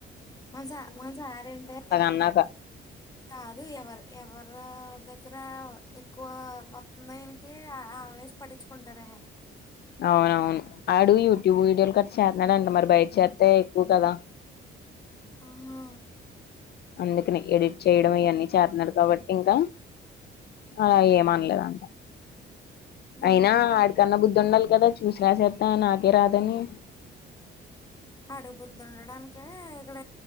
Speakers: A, on the left; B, on the left.
A: మన స మన సార్ అంటే
B: అన్నాక
A: కాదు ఎవరు ఎవరో దగ్గర ఎక్కువ వత్తందయనికి ఆన్లైన్ పటించుకుంటారే
B: అవునవును ఆడు యూట్యూబ్ వీడియోలు కట్ట చేస్తున్నాడంట మరి బయట చేతే ఎక్కువ కదా
A: ఆహా
B: అందుకని ఎడిట్ చేయడం ఇవన్నీ చేస్తున్నారు కాబట్టి ఇంకా అలా ఏమనలేదంట
A: హుహు.
B: అయినా ఆడికన్నా బుద్ధి ఉండాలి కదా చూసి రాసేద్దా నాకే రాదని
A: అడుగు బుద్ధి ఉండడానికి ఇక్కడ